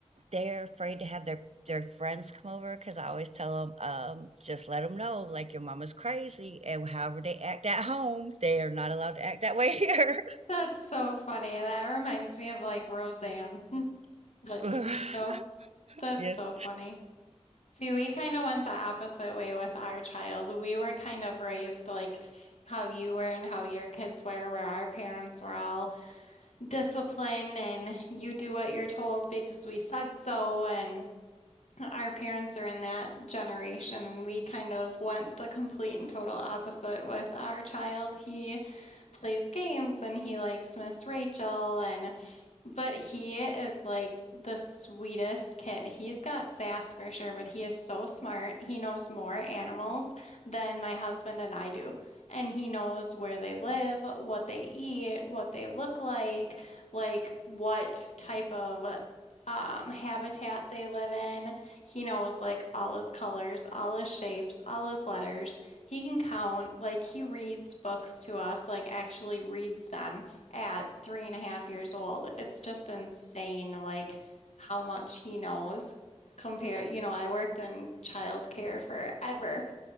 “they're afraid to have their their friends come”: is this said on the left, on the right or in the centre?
Right